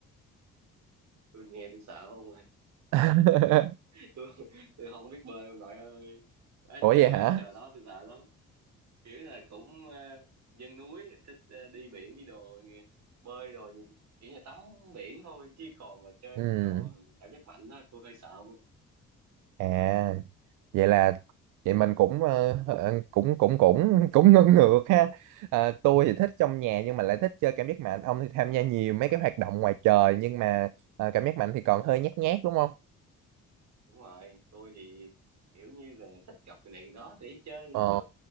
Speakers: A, on the right; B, on the right.
A: tôi nghe tôi sợ không rồi
B: <laughs>
A: <laughs> tôi tôi không biết bơi ông nội ơi Đó,
B: ủa
A: trời
B: vậy
A: ơi
B: hả
A: trời đó tôi sợ lắm kiểu là cũng ờ, dân núi thích ờ, đi biển đi đồ nghe- bơi đồ gì kiểu như tắm biển thôi chứ còn mà chơi
B: ừ
A: mấy trò cảm giác mạnh đó tôi hơi sợ không ạ.
B: à vậy là vậy mình cũng ờ, ờ, cũng cũng cũng cũng ngưng ngược ha Ờ, tôi thì thích trong nhà nhưng mà lại thích chơi cảm giác mạnh ông thì tham gia nhiều mấy cái hoạt động ngoài trời nhưng mà ờ, cảm giác mạnh thì còn hơi nhát nhát đúng không
A: đúng rồi tôi thì kiểu như là thích gặp người này người đó để chơi
B: ờ
A: cho